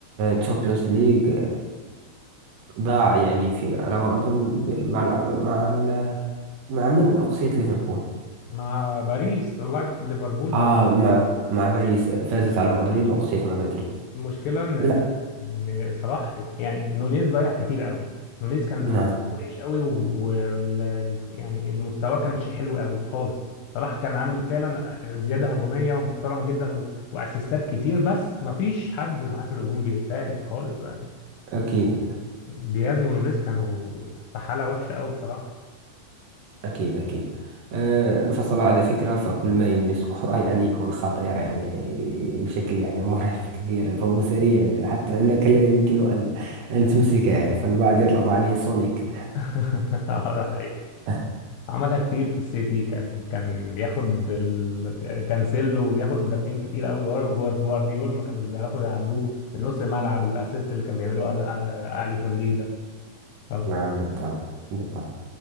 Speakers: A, on the right; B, on the left.
A: تشامبيونز ليج ضاع يعني في على ما أظن ب- مع ال مع ال مع من أقصيت ليفربول
B: مع باريس طلعت ليفربول
A: آه مع مع باريس فازت على مدريد وأقصيت مع مدريد
B: المشكله ان
A: لا
B: ان صلاح يعني نونيز ضيع كتير قوي نونيز كان
A: نعم
B: وحش قوي و... و... وال- يعني المستوى كانش حلو قوي خالص صلاح كان عامل فعلا زياده هجوميه ومحترمه جدا و... واسيستات كتير بس ما فيش حد معاه في الهجوم بيساعد خالص يعني
A: أكيد
B: دياز ونونيز كانوا في حاله وحشه قوي بصراحه
A: أكيد أكيد أه، فصل على فكرة فكل ما يلمس الكرة <laughs> يعني يكون خطير يعني بشكل يعني مرعب كبير فهو سريع حتى أنك لا يمكن أن أن تمسكه فالبعض يطلق عليه سونيك
B: <laughs> اه ده حقيقي
A: <laughs>
B: عملها كتير في السيتي كان كان بياخد ال... كانسيلو وبياخد مدافعين كتير قوي وهو- وجوارديول ما كانوش بيعرفوا يعدوه من نص الملعب الاسيست اللي كان بيعمله آ- آ- اليسون ليه ده آه،
A: نعم
B: كان-
A: بالطبع بالطبع